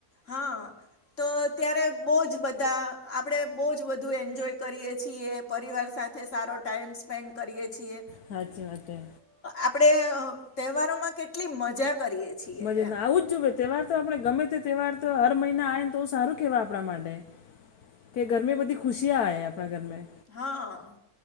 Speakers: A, on the left; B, on the left.
A: હા તો ત્યારે બહુ જ બધા આપણે બહુ જ બધું એન્જોય કરીએ છીએ પરિવાર સાથે સારો ટાઈમ સ્પેન્ડ કરીએ છીએ.
B: હાચી વાત હે
A: આપડે અ તહેવારોમાં કેટલી મજા કરીએ છીએ
B: મજા
A: એમ
B: આવું જ જોવે તહેવાર તો આપડે ગમે તે તહેવાર તો હર મહિના આવે ને તો સારું કેહેવાય આપણા માટે કે ઘરમે બધી ખુશિયા આયે આપણા ઘરમેં
A: હા